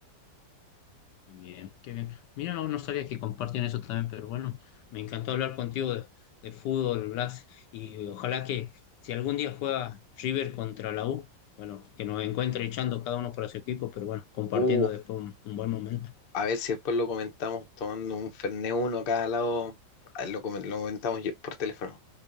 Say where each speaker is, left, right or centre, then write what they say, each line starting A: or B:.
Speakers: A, on the left; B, on the left.
A: bien, qué bien. Mira, no, no sabía que compartían eso también, pero bueno, me encantó hablar contigo de, de fútbol, Blas, y ojalá que si algún día juega River contra la U, bueno, que nos encuentre echando cada uno por su equipo, pero bueno, compartiendo
B: Uh,
A: después un un buen momento.
B: a ver si después lo comentamos tomando un Fernet uno a cada lado. Ah, Lo, comen- lo comentamos ye- por teléfono.